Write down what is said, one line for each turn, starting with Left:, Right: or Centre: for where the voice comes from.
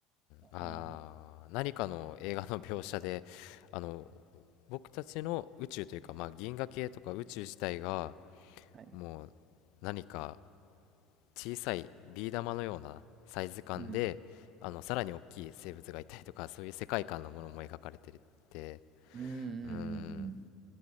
Right: まあの
Left: あー、何かの映画の描写で、あの、僕たちの宇宙というか、まあ、銀河系とか宇宙自体が、
Right: はい。
Left: もう何か小さいビー玉のようなサイズ感であのさらに大きい生物がいたりとか
Right: うん。
Left: <laughs> そういう世界観のものも描かれてるって
Right: うんうんうんうん。
Left: うーん